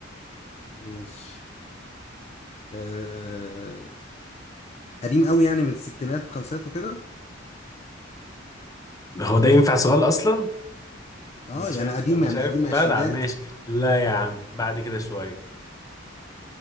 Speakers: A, on the left; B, on the left.
A: ماشي آه قديم قوي يعني من الستينات والخمسينات وكده
B: هو ده ينفع سؤال اصلا
A: اه
B: مش
A: يعني
B: عارف
A: قديم
B: مش
A: يعني
B: عارف
A: قديم
B: لا
A: عشرينات
B: لا ماشي لا يا عم بعد كده شوية